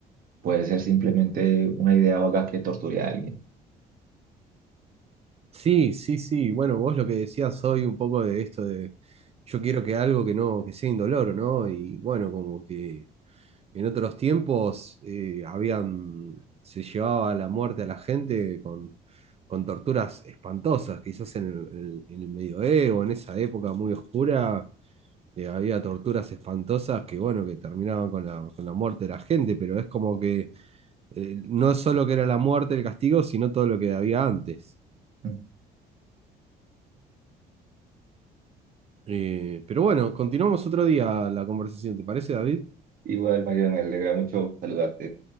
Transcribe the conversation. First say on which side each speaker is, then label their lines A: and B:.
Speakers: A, on the right (about 55°); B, on the right (about 35°).
A: puede ser simplemente una idea vaga que torture a alguien.
B: Sí, sí, sí. Bueno, vos lo que decías hoy un poco de esto de yo quiero que algo que no, que sea indoloro, ¿no? Y bueno, como que en otros tiempos eh, habían, se llevaba la muerte a la gente con, con torturas espantosas, quizás en el, en el- en el medioevo, en esa época muy oscura, eh, había torturas espantosas que, bueno, que terminaban con la, con la muerte de la gente, pero es como que eh, no solo que era la muerte el castigo, sino todo lo que había antes.
A: Mm.
B: Eh, pero bueno, continuamos otro día la conversación, ¿te parece, David?
A: Igual, Mario, me alegra mucho saludarte.